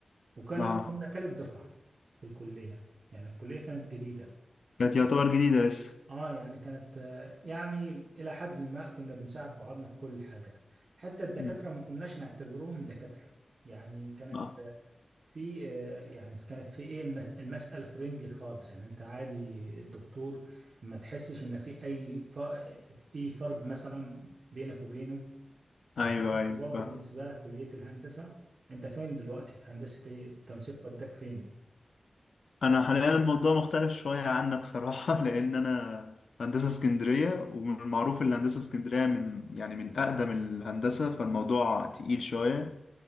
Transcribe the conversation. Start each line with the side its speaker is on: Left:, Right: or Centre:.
Right: وكان
Left: اه
Right: كنا تالت دفعه في الكليه يعني الكليه كانت جديده
Left: كانت يعتبر جديدة لسه
Right: اه يعني كانت آه، يعني الى حد ما كنا بنساعد بعضنا في كل حاجه حتى الدكاتره
Left: مم.
Right: ما كناش نعتبروهم دكاتره يعني كانت
Left: اه
Right: في آه، يعني في- كانت في ايه الم- المسألة فريندلي خالص يعني انت عادي الدكتور ما تحسش ان في اي ف... في فرق مثلا بينك وبينه فهل
Left: ايوه
Right: انت
Left: ايوه
Right: برضه
Left: فاهم.
Right: بالنسبة لك كلية الهندسة انت فين دلوقتي في هندسة ايه التنسيق وداك فين
Left: انا حاليا الموضوع مختلف شوية عنك صراحة <laughs> لان انا هندسة اسكندرية ومن المعروف ان هندسة اسكندرية من يعني من اقدم الهندسة فالموضوع تقيل شوية